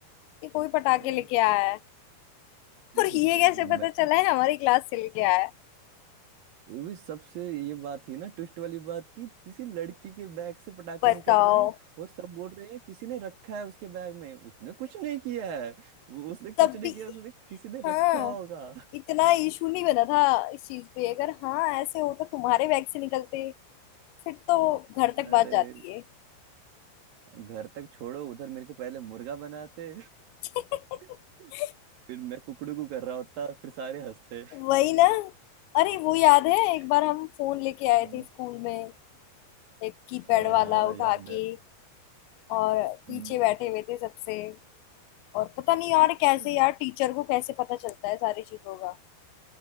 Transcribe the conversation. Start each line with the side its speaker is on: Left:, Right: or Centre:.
Left: कि कोई पटाखे
Right: अ,
Left: लेके आया है
Right: मैं
Left: और ये कैसे पता चला है हमारी क्लास से लेके आया है
Right: वो भी सबसे ये बात थी ना ट्विस्ट वाली बात की किसी लड़की के बैग से पटाखे
Left: बताओ
Right: निकल रहे हैं और सब बोल रहे हैं किसी ने रखा है उसके बैग में उसने कुछ नहीं किया है वो- उसने
Left: तब
Right: कुछ नहीं
Left: भी
Right: किया उसने किसी ने
Left: हाँ
Right: रखा होगा
Left: इतना इशू नहीं बना था इस चीज पे अगर हाँ ऐसे हो तो तुम्हारे बैग से निकलते फिर तो घर तक बात
Right: अरे
Left: जाती है
Right: घर तक छोड़ो उधर मेरे को पहले मुर्गा बनाते
Left: <laughs>
Right: <laughs> फिर मैं कुकड़ू कू कर रहा होता फिर सारे हंसते
Left: वही ना अरे वो याद है
Right: <laughs>
Left: एक बार हम फोन लेके आए
Right: हम्म,
Left: थे स्कूल में एक कीपैड
Right: हाँ
Left: वाला उठा
Right: याद है
Left: के और पीछे
Right: हम्म
Left: बैठे हुए थे सबसे और पता नहीं यार
Right: हम्म,
Left: कैसे यार टीचर को कैसे पता चलता है सारी चीजों का